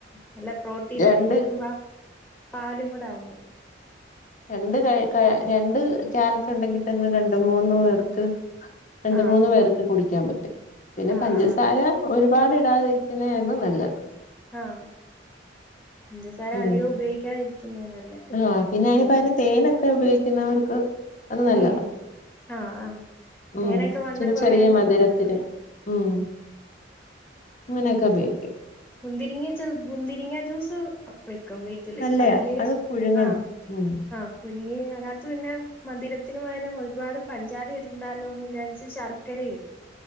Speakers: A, in the centre; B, on the left.
A: നല്ല പ്രോട്ടീൻ
B: രണ്ട്
A: എം ബാ പാലും കൂടാവുമ്പോ.
B: രണ്ട് കെ കേ രണ്ട് ക്യാരറ്റ് ഉണ്ടെങ്കി തന്നെ രണ്ട് മൂന്നു പേർക്ക് രണ്ട്
A: ആഹ്
B: മൂന്ന് പേർക്ക് കുടിക്കാൻ പറ്റും പിന്നെ
A: ആഹ്
B: പഞ്ചസാര
A: ആഹ്
B: ഒരുപാടിടാതിരിക്കുന്നയായിരുന്നു നല്ലത്
A: ആഹ് പഞ്ചസാര
B: ഉം
A: അധികം ഉപയോഗിക്കാതിരിക്കുന്നേ നല്ലേ
B: ആഹ് പിന്നെ അയ്ന്
A: അതന്നെ
B: പകരം തേനൊക്കെ ഉപയോഗിക്കുന്നവർക്ക് അത് നല്ലതാ.
A: ഉം ആഹ് ആഹ്
B: ഉം
A: തേനൊക്കെ വണ്ണം
B: ഇച്ചിരി
A: കുറയാനും
B: ചെറിയ മധുരത്തിന്
A: നല്ലത്
B: ഉം. അങ്ങനെയൊക്കെ ഉപയോഗിക്കും.
A: മുന്തിരിങ്ങ്യ ച്ച മുന്തിരിങ്ങാ ജ്യൂസ് <unintelligible> വെക്കും വീട്ടില്
B: നല്ലയാ
A: അതില്
B: അത് പുഴുങ്ങണം
A: ആഹ്
B: ഉം
A: ആഹ് പുഴുങ്ങി അയിനകത്ത് പിന്നെ മധുരത്തിന് പകരം ഒരുപാട് പഞ്ചാര ഇടണ്ടാലോന്ന് വിചാരിച്ച് ശർക്കര ഇടും.